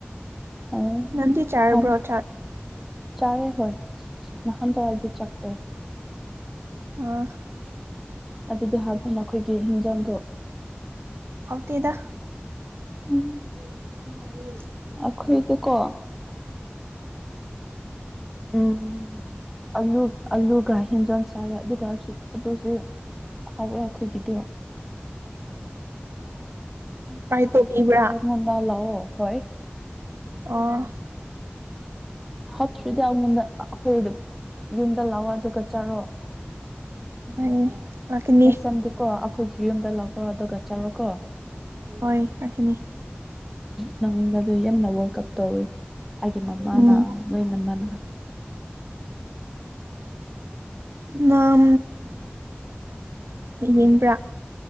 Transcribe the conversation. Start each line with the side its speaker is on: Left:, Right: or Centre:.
Centre: ꯑꯣ
Right: ꯅꯪꯗꯤ ꯆꯥꯔꯕ꯭ꯔꯣ
Centre: ꯍꯝ
Right: ꯆꯥꯛ
Centre: ꯆꯥꯔꯦ ꯍꯣꯏ ꯅꯍꯥꯟ ꯇ ꯍꯥꯏꯗꯤ ꯆꯈ꯭ꯔꯦ
Right: ꯑ
Centre: ꯑꯗꯨꯗꯤ ꯍꯥꯏꯕ ꯅꯈꯣꯏꯒꯤ ꯍꯤꯟꯖꯥꯡꯗꯣ
Right: ꯍꯥꯎꯇꯦꯗ
Centre: ꯎꯝ
Right: ꯑꯗꯨ ꯅꯃꯅꯦ <inaudible>
Centre: ꯑꯈꯣꯏꯗꯤꯀꯣ ꯎꯝ ꯑꯂꯨ ꯑꯂꯨꯒ ꯍꯦꯟꯖꯥꯡ ꯆꯥꯏ ꯑꯗꯨꯒ ꯑꯗꯨꯁꯨ ꯍꯥꯎꯋꯦ ꯑꯩꯈꯣꯏꯒꯤꯗꯨ
Right: ꯐꯥꯏ ꯇꯧꯕꯤꯕ꯭ꯔꯥ
Centre: ꯃꯗ ꯂꯑꯣ ꯍꯣꯏ
Right: ꯑꯥ
Centre: ꯍꯥꯞꯇ꯭ꯔꯔꯤꯗꯤ ꯑꯩꯉꯣꯟꯗ ꯑꯩꯈꯣꯏ ꯌꯨꯝꯗ ꯂꯥꯛꯑꯣ ꯑꯗꯨꯒ ꯆꯠꯔꯣ
Right: ꯍꯣꯏ ꯂꯥꯛꯀꯅꯤ
Centre: ꯅ ꯆꯝꯗꯦꯀꯣ ꯑꯩꯈꯣꯏꯒꯤ ꯌꯨꯝꯗ ꯂꯧꯥꯛꯑꯣ ꯑꯗꯨꯒ ꯆꯠꯔꯣꯀꯣ
Right: ꯍꯣꯏ ꯌꯥꯈꯅꯤ
Centre: ꯅꯪꯉꯣꯟꯗ ꯑꯗꯨ ꯌꯥꯝꯅ ꯋꯥꯔꯜ ꯀꯞ ꯇꯧꯋꯤ ꯍꯥꯏꯦ ꯃꯥ ꯃꯥꯅꯥ
Right: ꯎꯝ
Centre: ꯅꯣꯏ ꯅꯃꯅꯒ
Right: ꯅ ꯌꯦꯡꯕ꯭ꯔꯥ